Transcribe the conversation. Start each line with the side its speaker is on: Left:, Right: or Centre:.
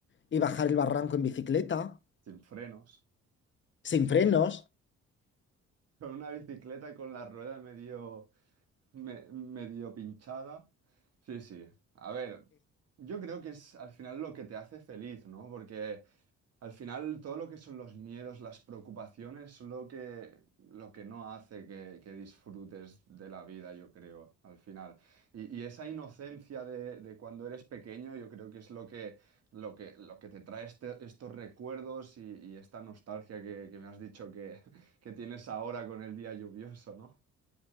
Left: y bajar el barranco en bicicleta,
Right: sin frenos,
Left: sin frenos.
Right: con una bicicleta con la rueda medio, Me- medio pinchada. Sí, sí. A ver, yo creo que es al final lo que te hace feliz, ¿no? Porque al final todo lo que son los miedos, las preocupaciones, son lo que, lo que no hace que, que disfrutes de la vida, yo creo, al final. Y, y esa inocencia de, de cuando eres pequeño, yo creo que es lo que, lo que, lo que te trae este- estos recuerdos y, y esta nostalgia que, que me has dicho que, <laughs> que tienes ahora con el día lluvioso, ¿no?